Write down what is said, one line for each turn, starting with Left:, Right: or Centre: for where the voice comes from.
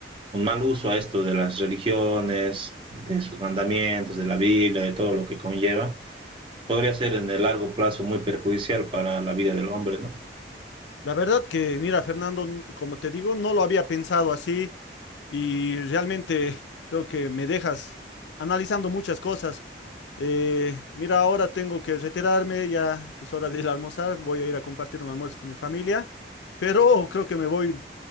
Right: un mal uso a esto de las religiones, de sus mandamientos, de la Biblia, de todo lo que conlleva, podría ser en el largo plazo muy perjudicial para la vida del hombre, ¿no?
Left: La verdad que, mira, Fernando, n- como te digo, no lo había pensado así. y realmente creo que me dejas analizando muchas cosas. Eh, mira, ahora tengo que retirarme, ya es hora de ir a almorzar, voy a ir a compartir un almuerzo con mi familia, pero creo que me voy